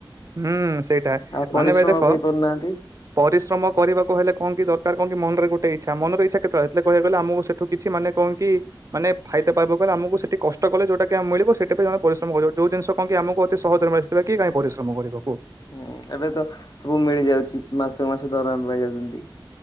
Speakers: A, on the right; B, on the left.
A: ହୁଁ ସେଇଟା।
B: ଆଉ ପରିଶ୍ରମ
A: ମାନେ ଭାଇ ଦେଖ
B: ଆଉ କେହି କରୁନାହାନ୍ତି।
A: ପରିଶ୍ରମ କରିବାକୁ ହେଲେ କଣ କି ଦରକାର, କଣ କି ମନରେ ଗୋଟେ ଇଚ୍ଛା। ମନରେ ଇଚ୍ଛା କେତୋଳେ ଆ ହେଥିଲାଗି କହିବାକୁ ଗଲେ ଆମୁକୁ ସେ ତୁ କିଛି ମାନେ କଁ କି ମାନେ ଫାଇଦା ପାଇବାକୁ ହେଲେ ଆମୁକୁ ସେଠି କଷ୍ଟ କଲେ ଯୋଉଟାକି ଆଉ ମିିଳିବ ସେଇଟା ବି ଜଣେ ପରିଶ୍ରମ କରିଥିବ। ଯୋଉ ଜିନିଷ କଁ କି ଆମୁକୁ ଅତି ସହଜରେ ମିଳେ ହେଲାକି ତାଙ୍କେ ପରିଶ୍ରମ କରିବ କୁହ?
B: ହୁଁ ଏବେ ତ ସବୁ ମିଳିଯାଉଚି। ମାସୁକୁ ମାସ ଦରମା ପାଇ ଯାଉଚନ୍ତି।